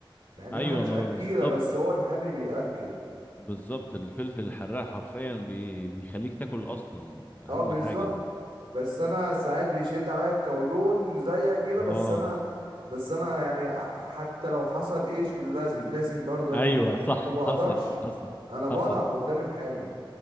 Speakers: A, on the right; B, on the left.
A: مع ان
B: ايوه
A: احنا مش
B: ما
A: اكيله
B: بالظبط
A: بس هو الحامي بياكل
B: بالظبط الفلفل الحراق حرفيا بي... بيخليك تاكل اصلا اهم
A: اه بالظبط
B: حاجه ده
A: بس انا ساعات بيشد عليا الكولون زيك كده بس
B: اه
A: انا بس انا يعني ح- حتى لو حصل ايش باللازم لازم برضه
B: ايوه
A: اكل حامي
B: صح
A: ما بقدرش
B: حصل حصل
A: انا بضعف
B: حصل
A: قدام الحامي